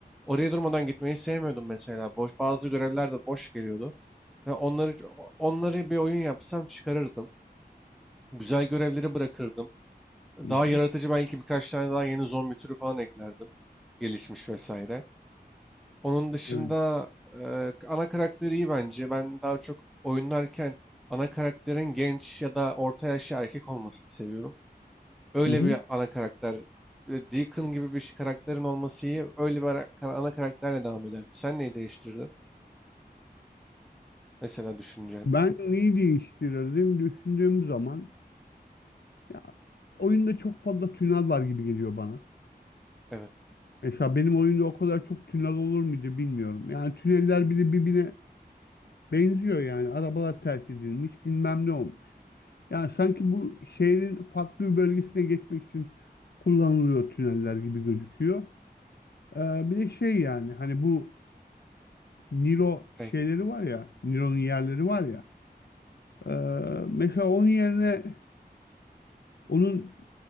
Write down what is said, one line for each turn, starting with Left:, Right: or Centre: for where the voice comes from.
Centre: Oraya durmadan gitmeyi sevmiyordum mesela. Boş, bazı görevler de boş geliyordu. Ve onları onları bir oyun yapsam çıkarırdım. Güzel görevleri bırakırdım. Daha
Left: Hı hı.
Centre: yaratıcı belki birkaç tane daha yeni zombi türü falan eklerdim. Gelişmiş vesaire. Onun dışında
Left: Evet.
Centre: e, ana karakteri iyi bence. Ben daha çok oynarken ana karakterin genç ya da orta yaşlı erkek olmasını seviyorum. Öyle
Left: Hı hı.
Centre: bir ana karakter. Bir de Deacon gibi bir şey- karakterin olması iyi. Öyle bir ara- kara- ana karakterle devam ederdim. Sen neyi değiştirirdin? Mesela düşünce.
Left: Ben neyi değiştirirdim düşündüğüm zaman ya oyunda çok fazla tünel var gibi geliyor bana.
Centre: Evet.
Left: Mesela benim oyunda o kadar çok tünel olur muydu bilmiyorum. Yani tüneller bir birbirine benziyor yani. Arabalar terk edilmiş, bilmem ne olmuş. Yani sanki bu şehrin farklı bir bölgesine geçmek için kullanılıyor tüneller gibi gözüküyor. Ee, bir de şey yani hani bu Niro
Centre: Ey.
Left: şeyleri var ya, Niro'nun yerleri var ya. Ee, mesela onun yerine onun